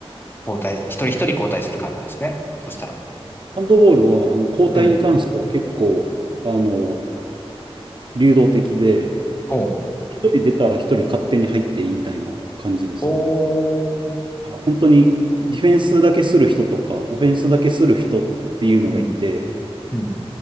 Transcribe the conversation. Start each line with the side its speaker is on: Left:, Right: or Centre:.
Left: 交代、一人一人交代する感じなんですね。そしたら。
Right: ハンドボールは、あの、交代に関しては結構、
Left: うん。
Right: あの、流動的で、
Left: ほう。
Right: 一人出たら一人勝手に入っていいみたいな感じですね。
Left: おー。
Right: だから本当にディフェンスだけする人とか、オフェンスだけする人っていうのがいて、
Left: うん。うん。